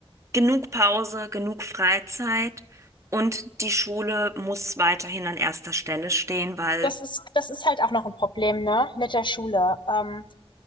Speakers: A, on the right (about 30°); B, on the left (about 50°).
A: genug Pause, genug Freizeit und die Schule muss weiterhin an erster Stelle stehen, weil
B: das ist, das ist halt auch noch ein Problem, ne, mit der Schule. Ähm,